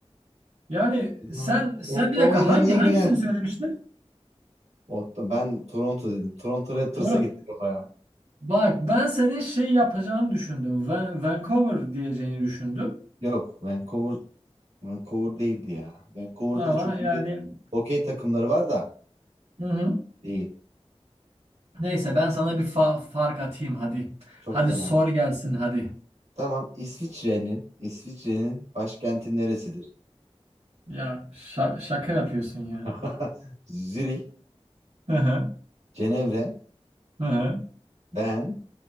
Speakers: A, on the right; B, on the right.
A: yani
B: Aa,
A: sen sen
B: Ottawa'yı
A: bir dakika
B: ben
A: hangi
B: niye
A: hangisini
B: Güney
A: söylemiştin?
B: O, ben Toronto dedim. Toronto Raptors'a
A: Toronto
B: gitti kafa ya.
A: Bak ben senin şey yapacağını düşündüm. Van- Vancouver diyeceğini düşündüm.
B: Yok Vancouver, Vancouver değildi ya. Vancouver'da
A: Ama
B: da çok
A: yani
B: iyi bir hokey takımları var da
A: hı hı.
B: değil.
A: Neyse ben sana bir fa- fark atayım hadi.
B: Çok
A: Hadi
B: fena.
A: sor gelsin hadi.
B: Tamam İsviçre'nin İsviçre'nin başkenti neresidir?
A: Ya şa- şaka yapıyorsun ya.
B: <laughs> Zürih,
A: Hı hı.
B: Cenevre,
A: Hı hı.
B: Ben,